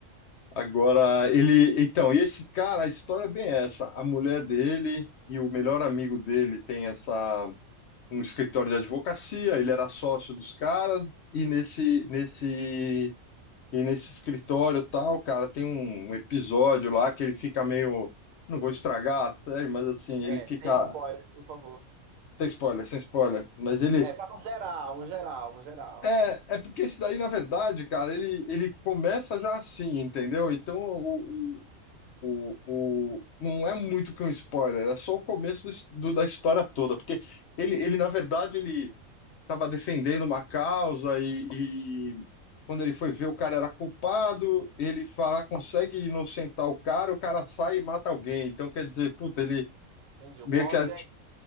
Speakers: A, on the left; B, on the right.
A: Agora, ele, então, e esse cara, a história é bem essa, a mulher dele e o melhor amigo dele tem essa, um escritório de advocacia, ele era sócio dos caras, e nesse, nesse e nesse escritório tal, cara, tem um um episódio lá que ele fica meio. Não vou estragar a série, mas assim,
B: É,
A: ele fica.
B: sem spoiler, por favor.
A: Sem spoiler, sem spoiler. Mas ele.
B: É, faça um geral, um geral, um geral.
A: É, é porque esse daí, na verdade, cara, ele, ele começa já assim, entendeu? Então, o, o, o, não é muito que um spoiler, é só o começo do, do- da história toda. Porque ele, ele, na verdade, ele. estava defendendo uma causa e, e quando ele foi ver o cara era culpado, ele fala, consegue inocentar o cara, o cara sai e mata alguém. Então quer dizer, puta, ele
B: Entendi.
A: meio
B: O plot
A: que é,
B: é.